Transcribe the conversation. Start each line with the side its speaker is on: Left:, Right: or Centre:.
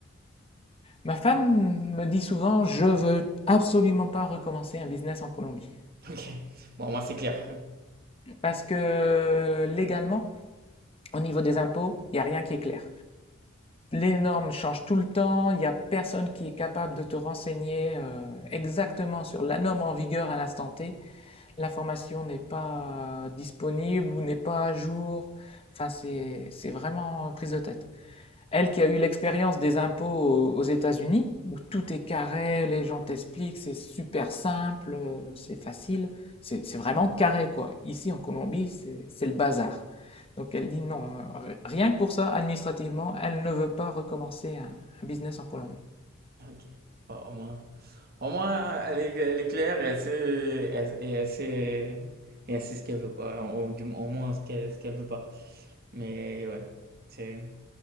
Left: Ma femme me dit souvent, je veux absolument pas recommencer un business en Colombie.
Right: Ok, bon, moi, c'est clair. <laughs>
Left: Parce que légalement, Au niveau des impôts, il n'y a rien qui est clair. Les normes changent tout le temps, il n'y a personne qui est capable de te renseigner euh, exactement sur la norme en vigueur à l'instant T. L'information n'est pas euh, disponible ou n'est pas à jour. Enfin, c'est c'est vraiment prise de tête. Elle qui a eu l'expérience des impôts aux États-Unis, où tout est carré, les gens t'expliquent, c'est super simple, euh, c'est facile, c'est c'est vraiment carré quoi. Ici en Colombie, c'est c'est le bazar. Donc elle dit non, euh, rien que pour ça, administrativement, elle ne veut pas recommencer un, un business en Colombie.
Right: Ok, Bon, au moins, au moins elle est, elle est claire et assez, et assez, et assez ce qu'elle veut, quoi. Au, du- au moins ce qu'elle ce qu'elle veut pas. Mais ouais, c'est.